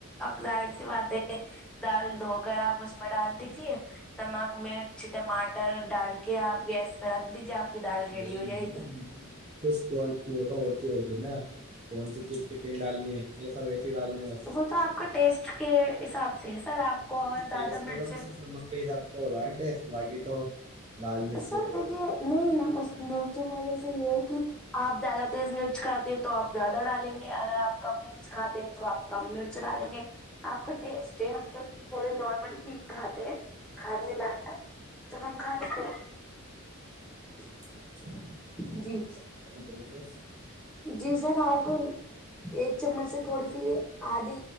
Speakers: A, in the centre; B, on the right.
A: آکزائڈ سی بات ہے دال دھو کر آپ اس میں ڈال دیجے نمک مرچ ٹماٹر ڈال کے آپ گیس پہ رکھ دیجیے آپ کی دال ریڈی
B: نہیں
A: ہو جائے
B: نہیں
A: گی
B: کچھ وہ تو ہوتی ہوئے گی نا <inaudible> کون سی چیز کتنی ڈالنی ہے یہ سب ایسی ڈالنی ہے بس
A: وہ تو آپ کا ٹیسٹ کے حساب سے ہے سر آپ کو اگر زیادہ
B: ٹیسٹ
A: مرچ
B: تو صرف نمک کے آپ کو ہوتاا ٹیسٹ باقی تو <inaudible> مرچیں
A: ا سل دیکھیے نہیں نا مرچ میں جیسے یہ ہے کہ <inaudible> آپ زیادہ تیز مرچ کھاتے ہیں تو آپ زیادہ ڈالیں گے اگر آپ کم مرچ کھاتے ہیں تو آپ کم مرچ ڈالیں گے آپ کا ٹیسٹ ہے ہم تو تھوڑا نارمل ہی کھاتے ہیں کھانے لائق <inaudible> تو ہم کھا لیتے <inaudible>
B: اچھا
A: جی
B: اچھا
A: جی سر آپ ایک چمچ سے تھوڑی سی آدھی